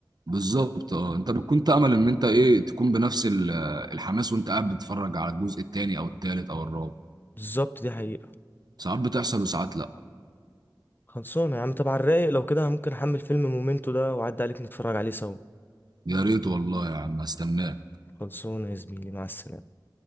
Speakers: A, on the right; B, on the left.
A: بالظبط اه انت بتكون تأمل ان انت ايه تكون بنفس ال- الحماس وانت قاعد بتتفرج على الجزء التاني او التالت او الرابع
B: بالظبط دي حقيقة
A: ساعات بتحصل وساعات لا
B: خلصانة يا عم طب على الرايق لو كده ممكن أحمل فيلم مومنتو ده وأعدي عليك نتفرج عليه سوا
A: يا ريت والله يا عم استناك
B: خلصانة يا زميلي مع السلامة